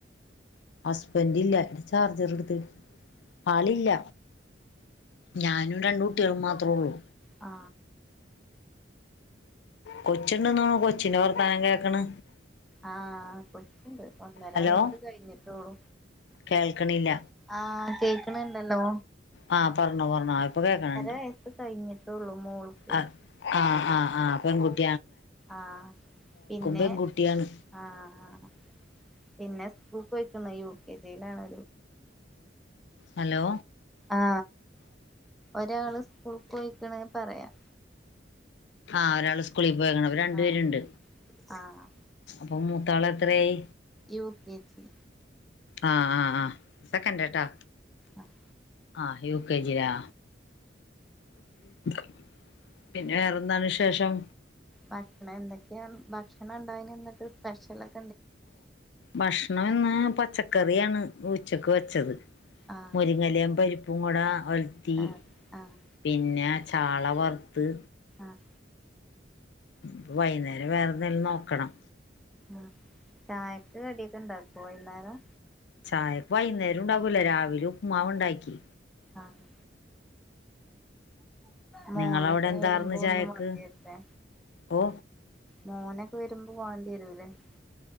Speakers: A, on the left; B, in the centre.
A: ഹസ്ബൻ്റ് ഇല്ല ഇൻ്റെ ചാർജറ് എടുത്ത് ആളില്ല ഞാനും രണ്ട് കുട്ട്യേളും മാത്രൊള്ളു
B: അ
A: കൊച്ചുണ്ടുന്ന് തോന്നണ് കൊച്ചിൻ്റെ വർത്താനം കേൾക്കണ്
B: ആ കൊച്ചുണ്ട് ഒന്നരവയസ്
A: ഹലോ
B: കഴിഞ്ഞിട്ടൊള്ളു
A: കേൾക്കണില്ല
B: ആ കേൾക്കിണില്ലല്ലോ
A: ആ പറഞ്ഞോ പറഞ്ഞോ ഇപ്പോ കേക്കണണ്ട്
B: വയസ്സ് കഴിഞ്ഞിട്ടുള്ളൂ മോൾക്ക്
A: അ അ ആ പെണ്കുട്ടി
B: അ പിന്നെ
A: പെൺകുട്ടിയാണ്
B: അ ആ പിന്നെ സ്ക്കൂളിൽ പോയ്ക്കാണ് യു കെ ജി യിലാണ്
A: ഹലോ
B: ആ ഒരാള് സ്കൂളിൽ പേയ്ക്ക്ണ് പറയാം
A: അ ഒരാള് സ്‌കൂളി- പോയിരിക്കണ് അവര് രണ്ട്
B: ആഹ്
A: പേരുണ്ട്
B: ആഹ്
A: അപ്പോ മൂത്താള് എത്രേയി
B: യു കെ ജി
A: അ അ ആ സെക്കൻ്റ് ട്ടാ
B: ആഹ്
A: അ യു കെ ജി ലാ <inaudible> വേറെന്താണ് വിശേഷം
B: വാക്ക്ണേ എന്തക്കയാം ബാക്കി ഇന്ന് എന്തായേന് ഇന്നത്ത സ്പെഷ്യലായ്
A: ബഷ്‌ണം ഇന്ന് പച് ച്ചക്കറി ആണ് ഉച്ചക്ക് വെച്ചത്.
B: ആഹ്
A: മുരിങ്ങലേം പരിപ്പു ഉപ്പും കൂടാ ഒൽത്തി
B: ആഹ് ആഹ്
A: പിന്ന ചാള വറ്ത്ത്
B: ആഹ്
A: ഇപ്പം വയ്യ്ന്നേരം വേറെ എന്തെങ്കിലും നോക്കണം
B: ആഹ് ചായക്ക് കടിഅക്ക ഒണ്ടാക്കോ വയ്യ്നേരം
A: ചായ പ്പൊ വയ്യ്ന്നേരോം ഒണ്ടാക്കൂല രാവിലെ ഉപ്പ്മാവ് ഒണ്ടാക്കി
B: ആഹ് മോനൊക്കെ
A: നിങ്ങളവിടെ എന്താർന്ന്
B: വരുമ്പോ
A: ചായക്ക്
B: ഒന്നും വാക്കര്തേ.
A: ഓ
B: മോനക്ക വരുമ്പം വണ്ടി എ <unintelligible>